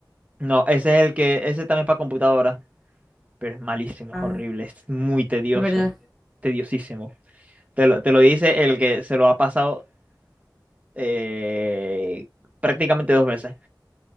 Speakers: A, on the right (about 20°); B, in the centre.
A: no, ese es el que... Ese también es para computadora. Pero es malísimo,
B: Ah,
A: es horrible, es muy tedioso.
B: es verdad.
A: Tediosísimo. Te lo, te lo dice el que se lo ha pasado eh, prácticamente dos veces.